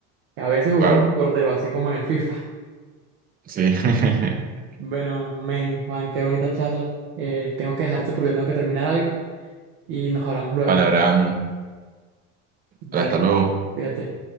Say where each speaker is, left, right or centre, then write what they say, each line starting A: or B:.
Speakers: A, on the right (about 70°); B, on the right (about 25°).
A: A veces jugamos
B: claro.
A: con portero, así como en el <laughs> FIFA.
B: Sí. <laughs>
A: Bueno, men, Juan, qué bonita charla. Eh, tengo que dejarte porque tengo que terminar algo y nos hablamos luego.
B: Vale, Abraham.
A: Dale,
B: Hasta luego.
A: cuídate.